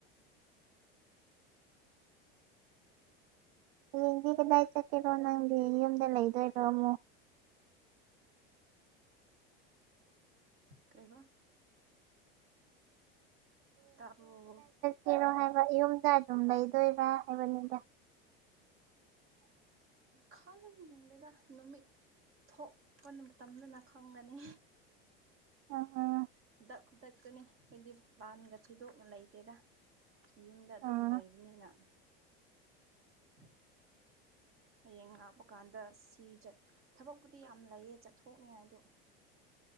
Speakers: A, on the right; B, on the right.
A: ꯍꯌꯦꯡꯗꯤ ꯀꯗꯥꯏ ꯆꯠꯀꯦꯔꯣ ꯅꯪꯗꯤ ꯌꯨꯝꯗ ꯂꯩꯗꯣꯏꯔꯣ ꯑꯃꯨꯛ
B: ꯀꯩꯕ ꯇꯥꯛꯑꯣ
A: ꯀꯩꯅꯣ ꯍꯥꯏꯕ ꯌꯨꯝꯗ ꯑꯗꯨꯝ ꯂꯩꯗꯣꯏꯔꯥ ꯍꯥꯏꯕꯅꯤꯗ
B: ꯈꯪꯗꯦꯗ ꯅꯨꯃꯤꯠ ꯊꯣꯛꯄ ꯃꯇꯝꯗꯅ ꯈꯪꯒꯅꯤ
A: ꯎꯝ ꯎꯝ
B: ꯈꯨꯗꯛ ꯈꯨꯗꯛꯇꯅꯤ ꯑꯩꯈꯣꯏꯗꯤ ꯄ꯭ꯂꯥꯟꯒ ꯊꯣꯏꯗꯣꯛꯅ ꯂꯩꯇꯦꯗ ꯌꯨꯝꯗ ꯑꯗꯨꯝ
A: ꯎꯝ
B: ꯂꯩꯕꯅꯤꯅ <inaudible> ꯍꯌꯦꯡ ꯉꯥꯛꯄ ꯀꯥꯟꯗ ꯁꯤ ꯖꯠ ꯊꯕꯛꯄꯨꯗꯤ ꯌꯥꯝ ꯂꯩꯌꯦ ꯆꯠꯊꯣꯛꯅꯤꯉꯥꯏꯗꯣ